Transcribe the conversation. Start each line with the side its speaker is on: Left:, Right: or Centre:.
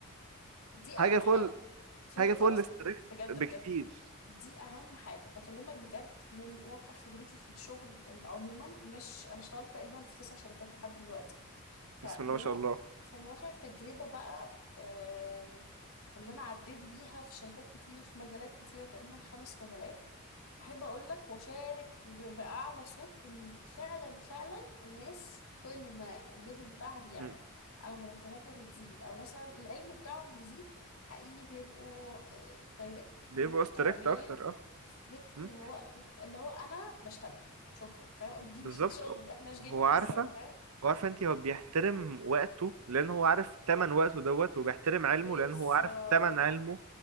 Left: دي
Right: حاجة
Left: اهم
Right: فوق
Left: حاجه
Right: ال-
Left: فهمت
Right: حاجة فوق
Left: قصدك
Right: الستريكت
Left: بجد
Right: بكتير
Left: بجد دي اهم حاجه بكلمك بجد من واقع خبرتي في الشغل عموما مش انا اشتغلت تقريبا في تسع شركات لحد دلوقتي فمن
Right: بسم الله ما شاء
Left: واقع
Right: الله
Left: فمن واقع التجربه بقى آم، اللي انا عديت بيها في شركات كتير في مجالات كتيره تقريبا خمس مجالات احب اقول لك واشارك ب- باعلى صوت ان فعلا فعلا الناس كل ما الليفل بتاعها بيعلى
Right: مم.
Left: او مرتباتها بتزيد او مثلا العلم بتاعهم بيزيد حقيقي بيبقوا دايركت
Right: بيبقوا
Left: محترمين
Right: ستريكت اكتر
Left: ستريكت
Right: مم؟
Left: اللي هو اللي هو انا بشتغل شكرا فاهم
Right: بالظبط
Left: دي بيئة شغل احنا مش جايين
Right: هو
Left: نهزر
Right: عارفه
Left: فاهم
Right: هو عارفه انت هو بيحترم وقته لان هو عارف تمن وقته دوت وبيحترم علمه
Left: بالظبط
Right: لان هو عارف تمن علمه